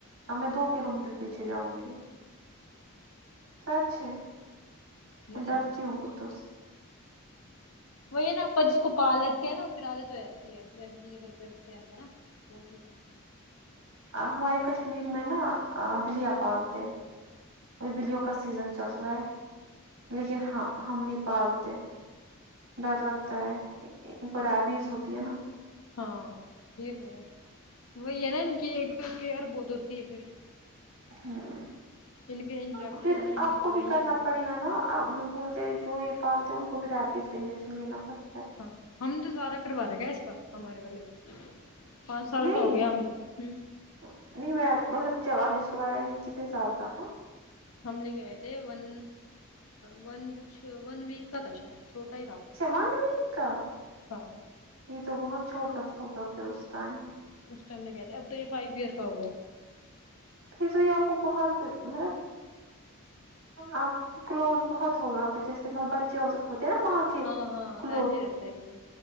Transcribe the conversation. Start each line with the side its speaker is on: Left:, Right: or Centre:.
Right: میں دو کلو میٹر پیچھے جاؤں گی سچھ ہے
Left: مجھے
Right: میں ڈرتی
Left: تو
Right: ہوں کتوں سے
Left: وہی ہے نا آپ جس کو پال لیتے ہیں نا پھر عادت ہو رہتی ہے جیسی چیز گھر کے رکھتے ہیں آپ نا وہ ٹھیک ہے
Right: ہمارے کشمیر میں نا بلیا پالتے ہیں وہ بلیوں کا سیزن چل رہا ہے لیکن
Left: ہاں
Right: ہم نہیں پالتے ڈر لگتا ہے خرابیز ہوتی ہے نا
Left: ہاں یک ہے وہی ہے نا کی ایک تو کیئر بہت ہوتی ہے پھر
Right: ہمم
Left: ان کے انجیکشن
Right: پھر
Left: ان
Right: آپ
Left: کی دوائیاں
Right: کو بھی کرنا پڑتا ا نا مطلب بولتے ہیں جو یہ پالتے ہیں ان کو بھی ریپیز کا انجیکشن لینا پڑتا ہے
Left: ہاں ہم دوبارہ کروا رہے گ اس کا ہمارے والے کا پانچ سال
Right: نہیں
Left: کا ہو گیا ہم ہوں
Right: نہیں میں مطلب جب آپ نے اسکول آیا یہ کتنے سال کا تھا
Left: ہم نے کہئے تھے ون ون کچھ ون ویک کا تھا شاید چھوٹا ہی تھا
Right: اچھا ون ویک کا
Left: ہاں
Right: یہ تو بہت چھوٹا ہوگا پھر اس ٹائم
Left: اس ٹائم میں کہتے اب تو یہ فائیو ایئر کا ہو گیا
Right: پھیر تو آپ کو بہت مطلب آپ کی کلوز بہت ہوگا پھر جیسے مطلب بچے ہوتے ہیں نا ماں کے
Left: ہاں ہاں
Right: کلوز
Left: ایسے ہی رہتا ہے یہ